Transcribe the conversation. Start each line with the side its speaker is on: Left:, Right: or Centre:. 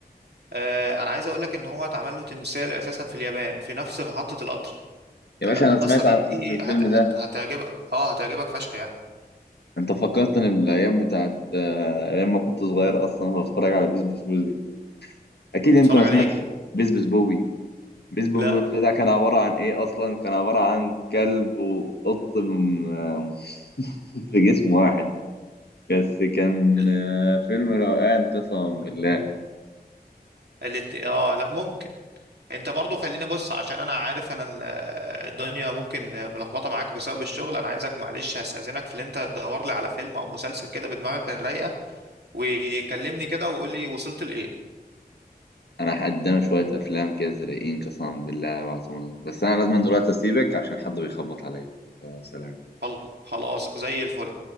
Right: آه، انا عايز اقول لك ان هو اتعمل له تمثال اساسا في اليابان في نفس محطة القطر
Left: يا
Right: فلا
Left: باشا انا
Right: القصة
Left: سمعت
Right: دي
Left: عن قصه الفيلم
Right: هت... هت...
Left: ده
Right: هتعجبك اه هتعجبك فشخ يعني
Left: انت فكرتني بالايام بتاعت آه، ايام ما كنت صغير اصلا بتفرج على بيس بيس بوبي اكيد
Right: بتتفرج
Left: انت ما
Right: عليه
Left: سمعتش بيس بيس بوبي بيس بيس بوبي
Right: لا
Left: ده كان عباره عن ايه اصلا كان عباره عن كلب وقط م- <laughs> في جسم واحد بس كان
Right: ال-
Left: آه، فيلم روقان قسما بالله
Right: الاتنين اه لا ممكن انت برضو خليني بص عشان انا عارف انا ال- الدنيا ممكن ملخبطه معاك بسبب الشغل انا عايزك معلش هستاذنك في اللي انت تدور لي على فيلم او مسلسل كده بدماغك الرايقه وكلمني كده وقول لي وصلت لايه
Left: انا قدامي شويه افلام كده زرقين قسما بالله بعتهم لك بس انا لازم دلوقتي اسيبك عشان حد بيخبط عليا فسلام
Right: خل- خلاص زي الفل